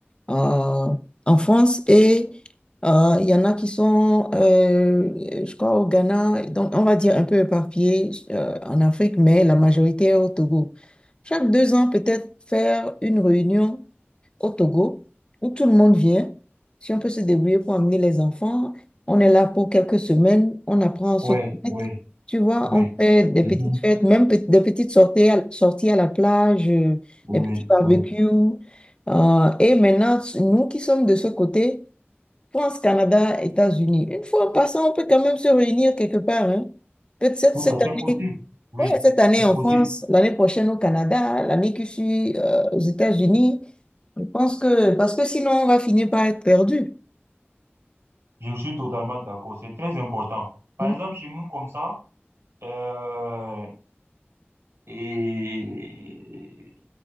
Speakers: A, on the left; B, on the right.
A: euh, en France. Et euh, il y en a qui sont, euh, je crois, au Ghana, donc on va dire un peu éparpillés euh, en Afrique, mais la majorité est au Togo. Chaque deux ans, peut-être faire une réunion au Togo où tout le monde vient. Si on peut se débrouiller pour amener les enfants, on est là pour quelques semaines, on apprend à se
B: ouais,
A: connaître.
B: oui,
A: Tu vois,
B: oui.
A: on fait des
B: Mhm.
A: petites fêtes, même pe- des petites sorties à, sorties à la plage, euh,
B: Oui,
A: des petits barbecues.
B: oui.
A: Euh, et maintenant, nous qui sommes de ce côté, France, Canada, États-Unis, une fois en passant, on peut quand même se réunir quelque part. hein. Peut-être
B: Tout
A: cette
B: à fait
A: année,
B: possible. Oui,
A: ouais, cette année
B: c'est
A: en
B: possible.
A: France, l'année prochaine au Canada, l'année qui suit euh, aux États-Unis. Je pense que, parce que sinon, on va finir par être perdu.
B: Je suis totalement d'accord. C'est très important. Par
A: Mm,
B: exemple, chez nous, comme ça. Euh, et